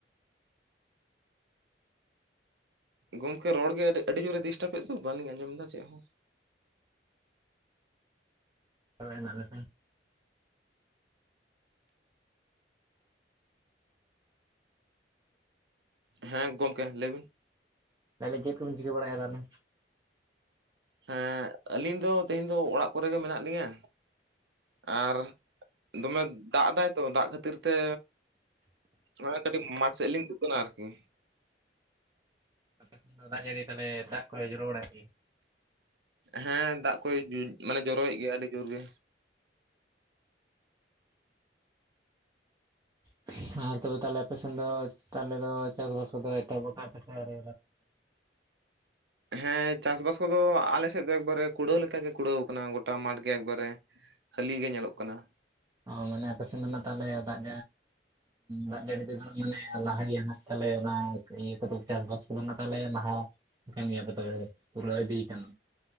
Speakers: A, on the right (about 70°); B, on the right (about 25°).
A: ᱜᱚᱢᱠᱮ ᱨᱚᱲ ᱜᱮ ᱟᱹᱰᱤ ᱡᱳᱨᱮ ᱰᱤᱥᱴᱟᱯ ᱮᱫ ᱫᱚ, ᱵᱟᱞᱤᱧ ᱟᱸᱡᱚᱢ ᱫᱟ ᱪᱮᱫ ᱦᱚᱸ?
B: ᱛᱚᱵᱮ ᱦᱮᱱᱟᱜ ᱞᱮᱠᱷᱟᱱ,
A: ᱦᱮᱸ ᱜᱚᱢᱠᱮ ᱞᱟᱹᱭ ᱵᱤᱱ?
B: ᱞᱟᱹᱭᱮᱫᱤᱧ ᱪᱮᱫ ᱠᱚᱵᱤᱱ ᱪᱤᱠᱟᱹ, ᱵᱟᱲᱟᱭᱮᱜᱼᱟ ᱛᱟᱦᱚᱞᱮ?
A: ᱦᱮᱸ ᱟᱹᱞᱤᱧ ᱫᱚ ᱛᱮᱦᱮᱧ ᱫᱚ ᱚᱲᱟᱜ ᱠᱚᱨᱮ ᱜᱮ ᱢᱮᱱᱟᱜ ᱞᱤᱧᱟ᱾ ᱟᱨ ᱫᱚᱢᱮ ᱫᱟᱜ ᱮᱫᱟᱭ ᱛᱚ ᱫᱟᱜ ᱠᱷᱟᱹᱛᱤᱨ ᱛᱮ ᱱᱚᱜ ᱚᱭ ᱠᱟᱹᱴᱤᱡ ᱢᱟᱴᱷ ᱥᱮᱫ ᱞᱤᱧ ᱫᱩᱠᱟᱱᱟ ᱟᱨᱠᱤ᱾
B: ᱟᱯᱮ ᱥᱮᱫ ᱫᱚ ᱫᱟᱜ ᱡᱟᱹᱲᱤ ᱛᱟᱦᱚᱞᱮ ᱫᱟᱜ ᱠᱚᱭᱮ ᱡᱚᱨᱚ ᱵᱟᱲᱟᱭᱮ ᱜᱮᱭᱟ᱾
A: ᱦᱮᱸ ᱫᱟᱜ ᱠᱚ ᱢᱟᱱᱮ ᱡᱚᱨᱚᱭ ᱮᱫ ᱜᱮᱭᱟ ᱟᱹᱰᱤ ᱡᱳᱨ ᱜᱮ᱾
B: <inaudible> ᱟᱨ ᱛᱚᱵᱮ ᱛᱟᱦᱚᱞᱮ ᱟᱯᱮ ᱥᱮᱱ ᱫᱚ ᱛᱟᱦᱚᱞᱮ ᱫᱚ ᱪᱟᱥ ᱵᱟᱥ ᱠᱚᱫᱚ ᱮᱛᱚᱦᱚᱵ ᱟᱠᱟᱜᱼᱟ ᱯᱮ ᱥᱮ ᱟᱣᱨᱤ
A: ᱦᱮᱸ ᱪᱟᱥᱵᱟᱥ ᱠᱚ ᱫᱚ ᱟᱞᱮ ᱥᱮᱫ ᱫᱚ ᱮᱠᱵᱟᱨᱮ ᱠᱩᱲᱟᱹᱣ ᱞᱮᱠᱟ ᱜᱮ ᱠᱩᱲᱟᱹᱣ ᱟᱠᱟᱱᱟ ᱜᱚᱴᱟ ᱢᱟᱴᱷ ᱜᱮ ᱮᱠᱵᱟᱨᱮ᱾ ᱠᱷᱟᱹᱞᱤ ᱜᱮ ᱧᱮᱞᱚᱜ ᱠᱟᱱᱟ᱾
B: ᱚ ᱢᱟᱱᱮ ᱟᱯᱮ ᱥᱮᱫ ᱨᱮᱱᱟᱜ ᱛᱟᱦᱚᱞᱮ ᱫᱟᱜ ᱫᱟᱜ ᱡᱟᱹᱲᱤ ᱛᱮᱫᱚ ᱢᱟᱱᱮ ᱞᱟᱦᱟ ᱜᱮᱭᱟ ᱛᱟᱦᱚᱞᱮ ᱚᱱᱟ ᱤᱭᱟᱹ ᱠᱚᱫᱚ ᱪᱟᱥᱵᱟᱥ ᱛᱟᱦᱚᱞᱮ ᱞᱟᱦᱟ ᱟᱠᱟᱱ ᱜᱮᱭᱟ ᱯᱮ ᱛᱚᱵᱮ ᱯᱩᱨᱟᱹᱣ ᱤᱫᱤ ᱟᱠᱟᱱ